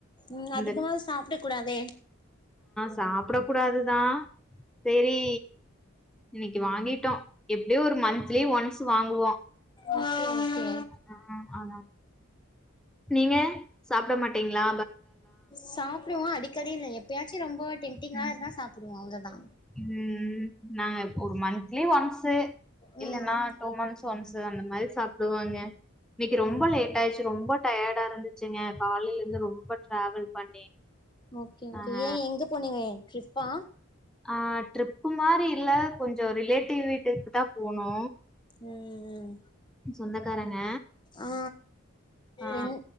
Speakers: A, on the left; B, in the centre.
A: ம்
B: இந்த
A: அதிகமா சாப்ட குடாதே
B: சாப்ட குடாதுதா செரி இன்னைக்கு வாங்கிட்டோ எப்டியு ஒரு மன்த்லி ஒன்ஸ் வாங்குவோ
A: ஓகே ஓகே.
B: அ அதா நீங்க சாப்ட மாட் டிங்ளா
A: சாப்டுவோ அடிக்கடி இல்ல எப்ப எப்பயாச்சு ரொம்ப டெம்டிங்கா
B: ம்.
A: இருந்தா சாப்டுவோ அவ்ளதா
B: ம் நாங்க ஒரு மன்த்லி ஒன்ஸு
A: ம்
B: இல்ல நா டூ மன் ஸு ஒன்ஸு அந்த மாரி சாப்டுவோங்க இன்னக்கி ரொம்ப
A: ம்
B: லேட் ஆயிச்சு ரொம்ப டயர்டா இருந்து ச்சுங்க காலைலெருந்து ரொம்ப டிராவல் பண்ணி
A: ஓகே ஓகே
B: நாங்க
A: ஏ எங்க போனிங்க ட்ரிப் பா
B: ஆ ட்ரிப்பு மாரி இல்ல கொஞ் சொ ரிலேட்டிவ் வீட்டுக்கு தா போனொ
A: ம் ம்
B: சொந்தக்காரங்க
A: ஆ
B: ஆ
A: என்